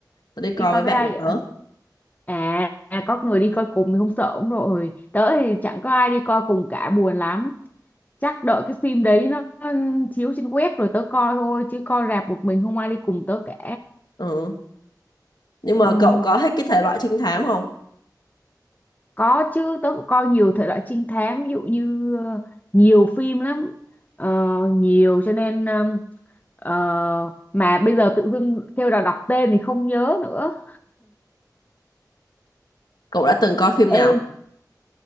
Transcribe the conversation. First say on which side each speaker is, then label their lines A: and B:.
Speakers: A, on the left; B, on the left.
A: tớ đi coi
B: đi coi
A: với bạn
B: với ai
A: của
B: vậy
A: tớ
B: À, à, có người đi coi cùng thì không sợ cũng rồi. Tớ thì chẳng có ai đi coi cùng cả buồn lắm. Chắc đợi cái phim đấy nó nó chiếu trên web rồi tớ coi thôi chứ coi rạp một mình không ai đi cùng tớ cả.
A: ừ. nhưng mà
B: Ừm,
A: cậu có hết cái thể loại trinh thám không
B: có chứ tớ cũng coi nhiều thể loại trinh thám ví dụ như ờ, nhiều phim lắm. Ờ, nhiều cho nên ờm, ờ, mà bây giờ tự dưng kêu là đọc tên thì không nhớ nữa.
A: cậu đã từng coi phim
B: Ê
A: nào